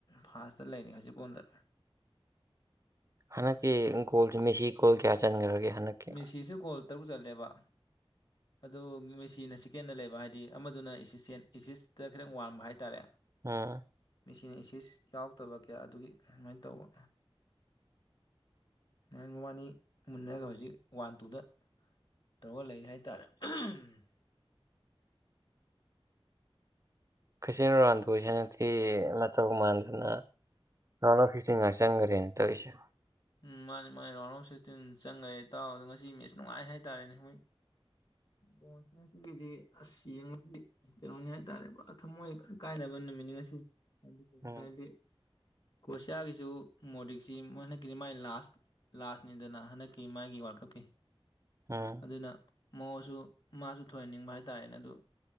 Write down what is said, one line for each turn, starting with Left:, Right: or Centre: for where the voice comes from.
Left: ꯐꯥꯁꯇ ꯂꯩꯔꯤ ꯍꯧꯖꯤꯛꯐꯥꯎꯗ
Right: ꯍꯅꯀꯤꯒꯣꯜꯁꯦ ꯃꯦꯁꯤ ꯀꯣꯜ ꯀꯌꯥ ꯆꯟꯈ꯭ꯔꯒꯦ ꯍꯟꯗꯛꯀꯤ
Left: ꯃꯦꯁꯤꯁꯨ ꯒꯣꯜ ꯇꯔꯨꯛ ꯆꯠꯂꯦꯕ ꯑꯗꯣ ꯃꯦꯆꯤꯅ ꯆꯀꯦꯟꯗ ꯂꯩꯕ ꯍꯥꯏꯗꯤ ꯑꯃꯗꯨꯅ ꯏꯁꯤꯁꯇ ꯈꯤꯇꯪ ꯋꯥꯡꯕ ꯍꯥꯏꯇꯥꯔꯦ
Right: ꯑꯝ
Left: ꯃꯤꯆꯅ ꯏꯆ ꯌꯥꯎꯗꯕ ꯀꯌꯥ ꯑꯗꯨꯒꯤ ꯑꯗꯨꯃꯥꯏꯅ ꯇꯧꯕ ꯅꯔ ꯃꯕꯥꯅꯤ ꯃꯟꯅꯔꯒ ꯍꯧꯖꯤ ꯋꯥꯟ ꯇꯨꯗ ꯇꯧꯔꯒ ꯂꯩꯔꯤ ꯍꯥꯏꯇꯥꯔꯦ <unintelligible>
Right: ꯀꯩꯆꯤꯟ ꯔꯥꯟꯗꯁꯤꯅꯤ ꯃꯇꯧ ꯃꯥꯟꯗꯨꯅ ꯔꯅ ꯐꯇ ꯆꯪꯒꯔꯤꯅꯤ ꯇꯧꯁ
Left: ꯎꯝ ꯃꯥꯅꯦ ꯃꯥꯅꯤ ꯔꯥꯎꯟ ꯑꯣꯐ ꯁꯤꯛꯁꯇꯤꯟ ꯆꯪꯈ꯭ꯔꯦ ꯏꯇꯥꯎ ꯑꯗꯣ ꯉꯁꯤ ꯃꯦꯠꯁ ꯅꯨꯡꯉꯥꯏ ꯍꯥꯏꯇꯥꯔꯦꯅꯦ ꯃꯣꯏ ꯕꯣꯟꯁꯤꯡ ꯑꯁꯤꯒꯤꯗꯤ ꯑꯁ ꯌꯦꯡꯉꯗꯤ ꯀꯩꯅꯣꯅꯤ ꯍꯥꯏꯇꯥꯔꯦ ꯊꯝꯃꯣꯏꯗ ꯀꯥꯏꯅꯕ ꯟꯅꯉꯁꯤ ꯍꯥꯏꯗꯤ ꯀꯩꯒꯤꯗꯤ
Right: ꯎꯝ
Left: ꯀꯣꯁꯤꯌꯥꯒꯤꯁꯨ ꯃꯣꯗꯤꯛꯁꯤ ꯃꯣꯏ ꯍ ꯒꯤꯗꯤ ꯃꯥꯏ ꯂꯥꯁ ꯂꯥꯁꯅꯦꯗꯅ ꯍꯟꯗꯛꯀꯤ ꯃꯥꯒꯤ ꯋꯥꯔꯜ ꯀꯞꯀꯤ
Right: ꯎꯝ
Left: ꯑꯗꯨꯅ ꯃꯑꯣꯁꯨ ꯃꯥꯁꯨ ꯊꯣꯏꯍꯟꯅꯤꯡꯕ ꯍꯥꯏꯇꯥꯥꯔꯦꯅꯦ ꯑꯗꯨ